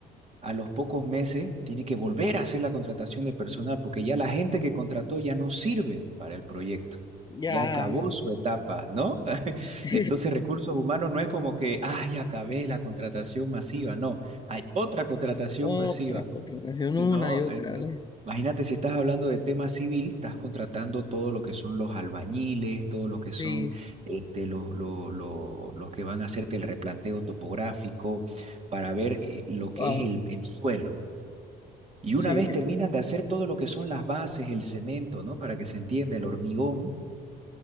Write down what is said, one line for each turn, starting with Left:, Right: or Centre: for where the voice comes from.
Right: a los pocos meses tiene que volver a hacer la contratación de personal porque ya la gente que contrató ya no sirve para el proyecto.
Left: Ya.
Right: Ya acabó
Left: <laughs>
Right: su etapa, ¿no? <laughs>
Left: Sí.
Right: Entonces, recursos humanos no es como que, ay, acabé la contratación masiva, no, hay otra contratación
Left: Otra
Right: masiva.
Left: contratación
Right: No,
Left: una y otra
Right: entonces,
Left: vez.
Right: imagínate si estás hablando de tema civil, estás contratando todo lo que son los albañiles, todo lo que
Left: Sí,
Right: son este, los, lo- lo- los que van a hacerte el replanteo topográfico para ver eh, lo
Left: wow,
Right: que es el, el suelo. Y
Left: sí.
Right: una vez terminas de hacer todo lo que son las bases, el cemento, ¿no? Para que se entienda el hormigón.